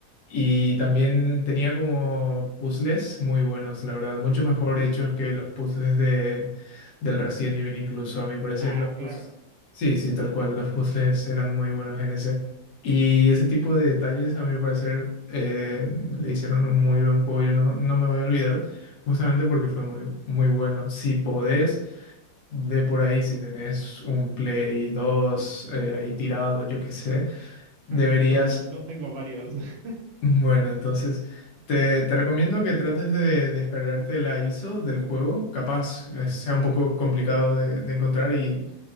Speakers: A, on the left (about 65°); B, on the right (about 80°).
A: Y también tenía como puzzles muy buenos, la verdad, mucho mejor
B: ajá.
A: hechos que los puzzles de, del Resident Evil incluso. A mi parecer
B: Ah,
A: los puzzles...
B: claro.
A: Sí, sí, tal cual, los puzzles eran muy buenos en ese. Y ese tipo de detalles, a mi parecer, eh, le hicieron un muy buen juego. Yo no, no me voy a olvidar, justamente porque fue muy, muy bueno. Si podés... De por ahí, si tenés un Play dos eh, ahí tirado, yo qué sé, deberías...
B: <laughs> Tengo, tengo varios. <laughs>
A: Bueno, entonces te, te recomiendo que trates de descargarte la ISO del juego. Capaz eh, sea
B: Ajá.
A: un poco complicado de, de encontrar y